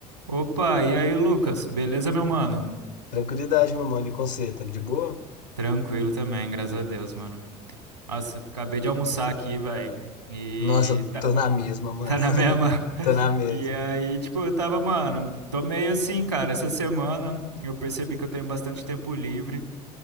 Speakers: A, on the right (about 90°); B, on the left (about 80°).
A: Opa, e aí, Lucas? Beleza, meu mano?
B: Tranquilidade, meu mano. E com você, tá de boa?
A: Tranquilo também, graças a Deus, mano. Nossa, acabei de almoçar aqui, velho. E
B: Nossa,
A: tá,
B: tô na mesma, mano.
A: tá na
B: <laughs>
A: mesma. <laughs>
B: Tô na mesma.
A: E aí, tipo, eu tava, mano, tô meio assim, cara. Essa semana eu percebi que eu tenho bastante tempo livre.